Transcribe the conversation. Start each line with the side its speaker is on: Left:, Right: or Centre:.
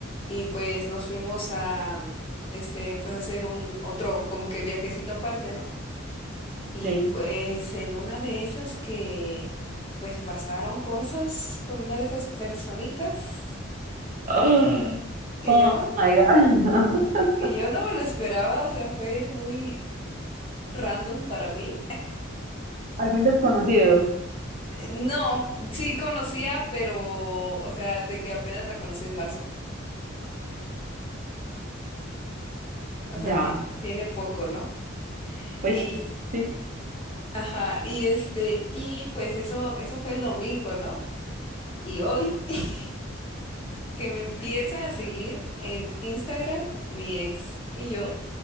Left: y pues nos fuimos a, mm, este, pues a hacer un otro como que viajecito aparte, ¿no? Y
Right: Sí.
Left: pues
Right: <gasps>
Left: en una de esas que, pues pasaron cosas con una de esas personitas
Right: Ah,
Left: que
Right: Oh,
Left: yo no,
Right: my God.
Left: que
Right: <laughs>
Left: yo no me lo esperaba, o sea, fue muy random para mí.
Right: Alguien desconocido.
Left: Eh, No, sí conocía, pero, o sea, de que apenas la conocí en marzo. O
Right: Ya,
Left: sea, ti- tiene poco, ¿no?
Right: pues
Left: Y,
Right: sí.
Left: ajá, y este, y pues eso, eso fue el domingo, ¿no? Y hoy <laughs> que me empieza a seguir en Instagram mi ex. Y yo,